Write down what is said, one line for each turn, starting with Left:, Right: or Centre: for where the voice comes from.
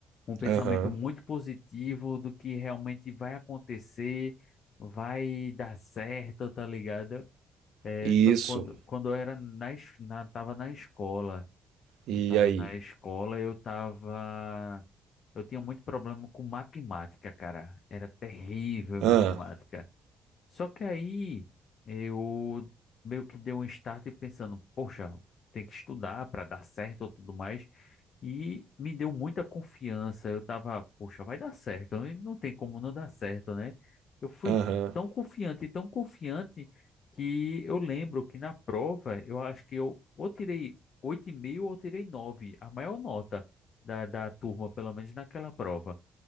Left: um pensamento
Right: Aham,
Left: muito positivo do que realmente vai acontecer, vai dar certo, tá ligado? É,
Right: isso.
Left: foi quando, quando eu era na, es- na, tava na escola.
Right: E
Left: Eu tava
Right: aí?
Left: na escola, eu tava. Eu tinha muito problema com matemática, cara. Era terrível em
Right: Ah,
Left: matemática. Só que aí eu meio que dei um start pensando, poxa, tem que estudar para dar certo ou tudo mais. E me deu muita confiança. Eu tava, poxa, vai dar certo. e Não tem como não dar certo, né? Eu fui
Right: aham.
Left: tão confiante, tão confiante, que eu lembro que na prova eu acho que eu ou tirei oito e meio ou tirei nove a maior nota da, da turma, pelo menos naquela prova.